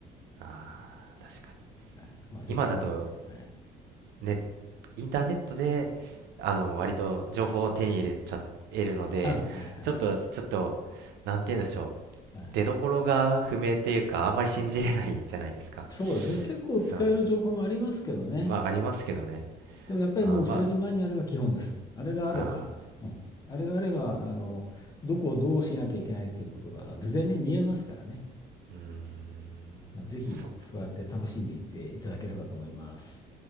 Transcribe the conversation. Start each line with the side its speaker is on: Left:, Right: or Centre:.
Right: ああ確かに
Left: はい。まあ、ぜひそうやって、
Right: 今だと
Left: はい。
Right: ネットインターネットであの割と情報を手に入れちゃえるのでちょっとちょっとなんて言うんでしょう出どころが不明っていうかあんまり信じれないじゃないですか
Left: あ、はい、はい、はい。うんそうですね。結構使える情報もありますけどね。
Right: そうですねまあありますけどね。
Left: でもやっぱりもう整備マニュアルが基本です。
Right: あーまあ、
Left: あれがあれば、
Right: あ
Left: うん、あれがあれば、あの、どこをどうしなきゃいけないっていうことが図でね、見えますからね。
Right: ーうーん、
Left: まあ、ぜひそうやって楽しんでいっていただければと思います。
Right: そう